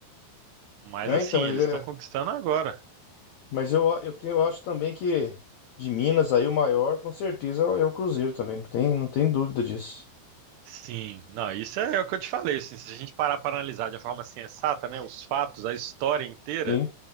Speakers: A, on the right; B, on the left.
A: Mas
B: É,
A: assim,
B: então,
A: eles
B: ele é
A: estão conquistando agora.
B: Mas eu, eu, tenho, eu acho também que de Minas aí o maior, com certeza, é o é o Cruzeiro também. Não tem, não tem dúvida disso.
A: Sim, não, isso é é o que eu te falei, assim, se a gente parar para analisar de uma forma sensata né, os fatos, a história inteira,
B: Sim,